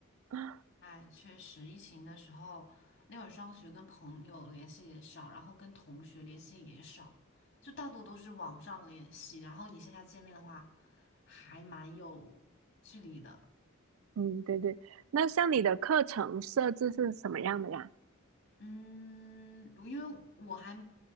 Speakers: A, on the right; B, on the left.
A: <laughs> 啊，
B: 哎，确实，疫情的时候，那会儿上学跟朋友联系也少，然后跟同学联系也少，就大多都是网上联系。然后你线下见面的话，还蛮有距离的。
A: 嗯，对对。那像你的课程设置是什么样的呀？
B: 嗯，我因为我还